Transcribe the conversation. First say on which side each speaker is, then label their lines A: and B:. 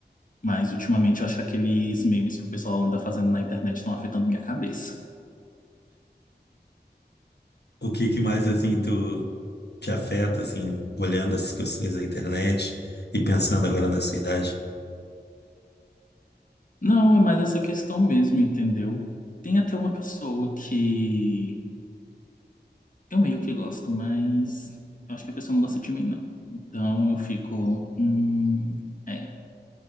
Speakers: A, on the left; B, on the left.
A: Mas ultimamente eu acho que aqueles memes que o pessoal anda fazendo na internet estão afetando minha cabeça.
B: O que que mais, assim, tu te afeta, assim, olhando essas questões da internet e pensando agora nessa idade?
A: Não, é mais essa questão mesmo, entendeu? Tem até uma pessoa que eu meio que gosto, mas eu acho que a pessoa não gosta de mim, não. Então eu fico, hum, é,